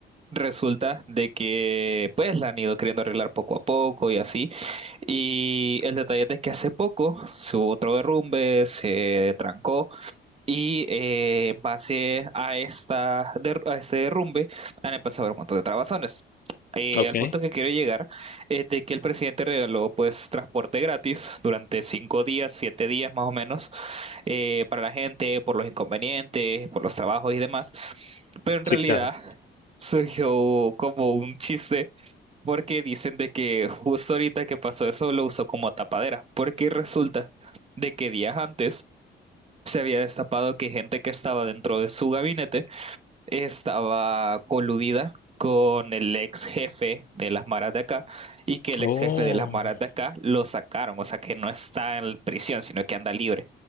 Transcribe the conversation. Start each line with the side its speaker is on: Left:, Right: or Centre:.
Right: resulta de que, pues, la han ido queriendo arreglar poco a poco y así. Y el detalle es de que hace poco se hubo otro derrumbe, se trancó. Y eh, en base a, esta, der- a este derrumbe han empezado a haber un montón de trabazones. Eh,
Left: ok.
Right: al punto que quiero llegar es de que el presidente regaló pues transporte gratis durante cinco días, siete días más o menos, eh, para la gente, por los inconvenientes, por los trabajos y demás. Pero en
Left: Sí,
Right: realidad
Left: claro.
Right: surgió como un chiste porque dicen de que justo ahorita que pasó eso lo usó como tapadera, porque resulta de que días antes se había destapado que gente que estaba dentro de su gabinete estaba coludida con el ex jefe de las maras de acá y que el
Left: Oh,
Right: ex jefe de las maras de acá lo sacaron, o sea que no está en prisión, sino que anda libre.